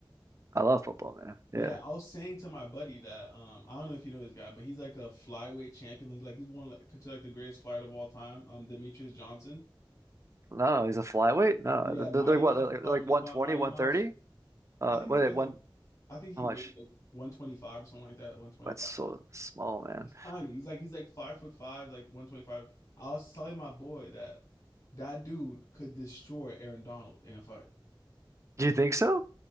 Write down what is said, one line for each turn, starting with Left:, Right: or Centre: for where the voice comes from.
Right: <laughs> I love football, man.
Left: Yeah,
Right: Yeah.
Left: I was saying to my buddy that um I don't know if you know this guy, but he's like a flyweight champion. He's like he's one of, like considered like the greatest fighter of all time, um Demetrius Johnson.
Right: No, he's a flyweight. No,
Left: Yeah, Mighty
Right: they're, they're what?
Left: Mouse.
Right: They're like,
Left: They call
Right: they're like
Left: him. They
Right: 120,
Left: call him Mighty
Right: 130?
Left: Mouse.
Right: Uh,
Left: I think
Right: what?
Left: he
Right: are
Left: was
Right: they- One?
Left: like, I think he
Right: How
Left: weighed
Right: much?
Left: like 125 or something like that. 125.
Right: That's so small, man.
Left: He's tiny. He's like he's like five foot five, like 125. I was telling my boy that that dude could destroy Aaron Donald in a fight.
Right: Do you think so?